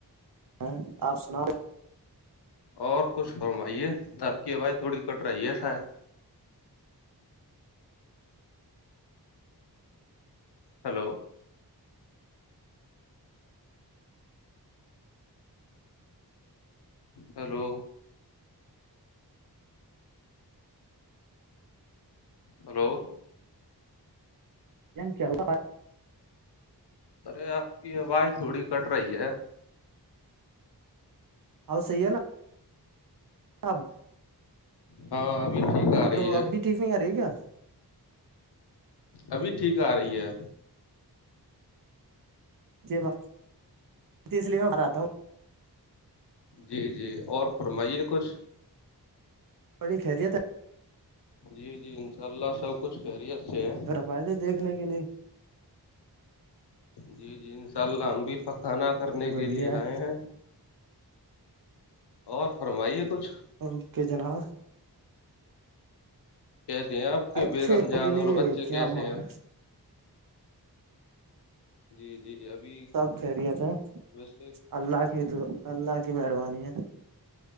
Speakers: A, on the right; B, on the left.
A: ہ آپ سنا
B: اور کچھ فرمائیے آپ کی آاز تھوڑی کٹ رہی ہے شاید ہلو ہلو ہلو
A: کیا ہوا
B: ارے آپ کی آواز تھوڑی کٹ رہی ہے
A: اور صحی ہے نا اب
B: ہاں اب ٹھیک آ رہی
A: اب
B: ہے
A: بھی ٹھیک نہیں آ رہی ہے کیا
B: ابھی ٹھیک آ رہی ہے
A: جی ب اس لیے میں ہراتا ہوں
B: جی جی اور فرمائیے کچھ
A: بڑی خیریت ہے
B: جی جی انشاء اللہ سب کچھ خیریت سے ہے
A: بائے تھے دیکھنے کے لیے
B: جی جی انشاء اللہ ہم بھی پکھانا کرنے
A: بڑھیا
B: کے لے
A: ہے
B: آئے ہیں اور فرمائی ہے کچھ
A: اوکے جنا
B: کیسے ہیں آپ کے
A: آئے
B: بیےگم
A: تھے
B: جان
A: کے لیے
B: اور بچے
A: کیا
B: کیسے
A: مان
B: ہیں جی جی ابھی
A: سب خیریت ہے
B: ویسے
A: اللہ کی د اللہ کی مہربانی ہے